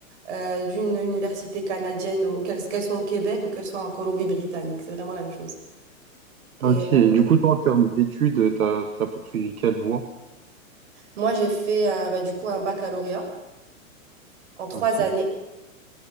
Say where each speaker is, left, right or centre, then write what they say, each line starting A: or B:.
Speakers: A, on the right; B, on the right.
A: euh, d'une université canadienne, au- qu'elle qu'elle soit au Québec ou qu'elle soit en Colombie-Britannique. C'est vraiment la même chose. Et
B: ok.
A: euh,
B: Et du coup, toi, en termes d'études, t'as, t'as poursuivi quelle voie?
A: moi, j'ai fait euh, bah, du coup un baccalauréat en trois
B: Ok,
A: années.